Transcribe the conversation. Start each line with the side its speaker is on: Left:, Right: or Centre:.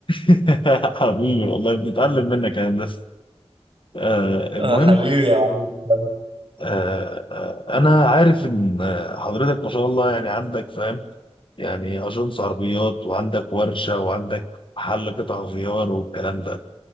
Left: <laughs> حبيبي والله بنتعلم منك يا هندسه آه
Right: آه،
Left: المهم
Right: حبيبي يا معلم تسلم.
Left: آه آه، انا عارف ان آه، حضرتك ما شاء الله يعني عندك فاهم يعني اجنس عربيات وعندك ورشه وعندك محل قطع غيار والكلام ده